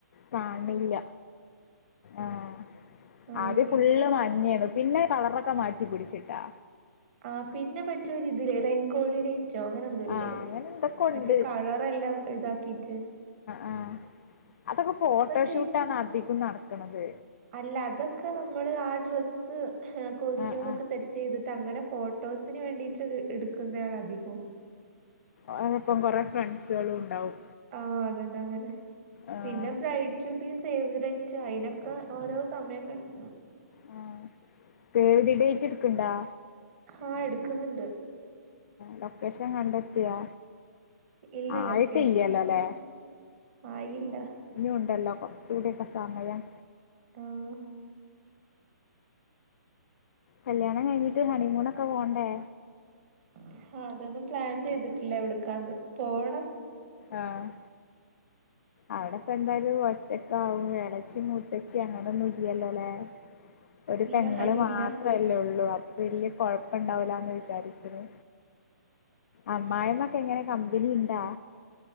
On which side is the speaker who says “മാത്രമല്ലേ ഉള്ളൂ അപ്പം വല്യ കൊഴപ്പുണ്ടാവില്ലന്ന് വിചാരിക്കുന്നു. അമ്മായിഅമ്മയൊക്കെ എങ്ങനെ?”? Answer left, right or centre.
Left